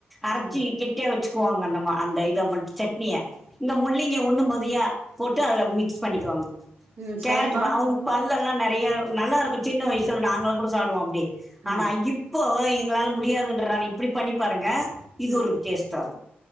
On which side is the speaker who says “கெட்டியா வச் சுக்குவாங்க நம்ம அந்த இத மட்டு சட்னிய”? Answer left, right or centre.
Centre